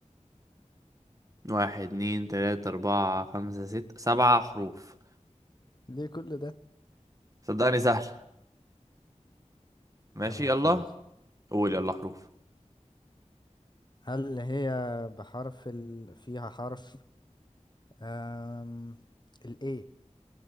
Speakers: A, on the right; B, on the left.
A: واحد اتنين تلاتة أربعة خمسة ستة سبعة حروف
B: ليه كل ده
A: صدقني سهل ماشي
B: تمام
A: يلا
B: خلاص
A: قول يلا حروف
B: هل هي بحرف ال... فيها حرف أم... ال A